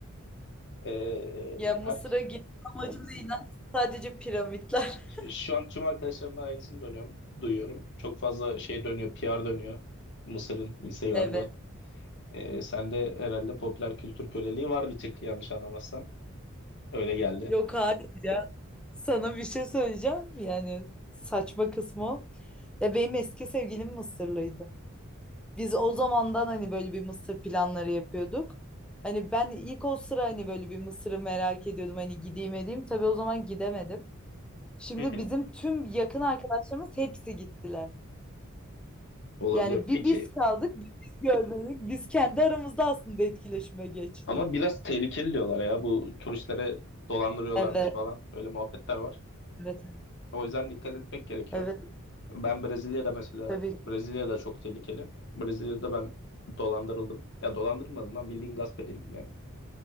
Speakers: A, on the left; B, in the centre.
A: E,
B: Ya Mısır'a
A: her,
B: gitme amacımız inan sadece piramitler. <laughs>
A: şu an tüm arkadaşlarımdan aynısını dönüyorum, duyuyorum. Çok fazla şey dönüyor, PR dönüyor. Mısır'ın Instagram'da.
B: Evet.
A: E, sende herhalde popüler kültür köleliği var bir tık yanlış anlamazsam. Öyle geldi.
B: Yok hayır ya. Sana bir şey söyleyeceğim. Yani saçma kısmı o. Ya benim eski sevgilim Mısırlıydı. Biz o zamandan hani böyle bir Mısır planları yapıyorduk. Hani ben ilk o sıra hani böyle bir Mısır'ı merak ediyordum. Hani gideyim edeyim. Tabii o zaman gidemedim. Şimdi
A: Hı hı.
B: bizim tüm yakın arkadaşlarımız hepsi gittiler.
A: Olabilir.
B: Yani
A: Peki
B: bir biz kaldık, bir biz görmedik. Biz kendi aramızda aslında etkileşime geçtik.
A: Ama biraz tehlikeli diyorlar ya bu turistlere dolandırıyorlarmış
B: Evet,
A: falan öyle muhabbetler var.
B: evet,
A: O yüzden dikkat etmek gerekiyor.
B: evet
A: Ben Brezilya'da mesela
B: tabii ki.
A: Brezilya'da çok tehlikeli. Brezilya'da ben dolandırıldım. Ya dolandırmadım lan bildiğin gasp edildim yani.